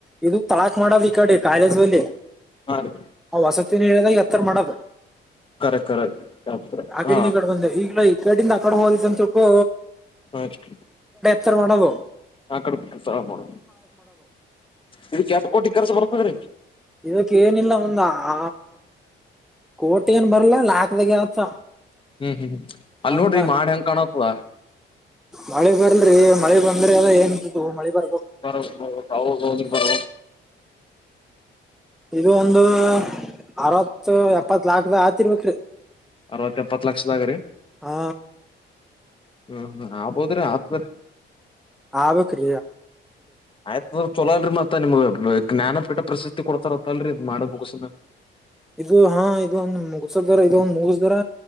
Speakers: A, in the centre; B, on the left.
A: ಇದು ತಳಾಕ್ ಮಾಡೋದ ಈ ಕಡೆ ಕಾಲೇಜಲ್ಲಿ
B: ಹಾ ರೀ
A: ಆ್ ವಸತಿಿನದಾಗ ಎತ್ತರ ಮಾಡೋದು
B: ಕರೆ ಕರೆ
A: ಆಕಡಿನ
B: ಹಾ
A: ಕಡೆ ಬಂದ ಈಗ್ಲ ಕಡಿಂದ ಆ ಕಡೆ ಹೋಗಿದ್ದ ಅಂತಕು
B: ಹಾಜಕ
A: ಎತ್ರ ಮಾಡಣವೋ
B: ಹಾ ಕಡಮ ಸ ಮಾಡ ಇದಕ್ಕೆ್ಯಾತ ಕೋಟಿ ಕೆರ್ಸ ಬರ್ತದ್ರೀ
A: ಇದಕ್ಕೆ ಏನಿಲ್ಲ ಒಂದ ಆ ಕೋಟಿ ಏನ್ ಬರ್ಲ್ಲಾ ಲಾಕ್ದಾಗ ಆತ
B: ಹ್ಮ್ ಹ್ಮ್್ಮ ಅಲ್
A: ಒಂದ
B: ನೋಡ್ರಿ ಮಾಡ ಹೆಂಗ್ ಕಾಣತ್ವಾ
A: ಮಳೆ ಬರರಿ ಮಳೆ ಬಂದ್ರೆ ಎಲ್ಲ ಏನ್ಂತು ಮಳೆ ಬರ್ಬ
B: ಬರ ಬ ಹೌದೌದು ಬರ
A: ಇದು ಒಂದು ಅರವತ್ತು ಎಪ್ಪತ್ ಲಾಕ್ದ ಆತಿರ್ಬೇಕ್ರಿ
B: ಅರವತ್ತ ಎಪ್ಪತ್ ಲಕ್ಷದಾಗ್ರೀ
A: ಹಾ
B: ಹ್ಮ್ ಹ್ಮ್ ಆಗ್ಬೋದ್ರಿ ಆತ್್ರ
A: ಹ ಬಕ್ರ
B: ಆಯ್ತು ಚಲೋ ಅಲ್ರಿ ಮತ್ತ ನಿಮ್ ಜ್ಞಾನಪೀಠ ಪ್ರಸಿದತಿ ಕೊಡ್ತಾರತ್ತಲ್ರಿ ಇ್ ಮಾಡ ಬೋಗುಸ
A: ಇದು ಹಾ ಇದದುೊಂದಂದು ಮುಗಸ್ದಾರ ಇದದು ಒಂದ ಮುಗಸ್ದಾರ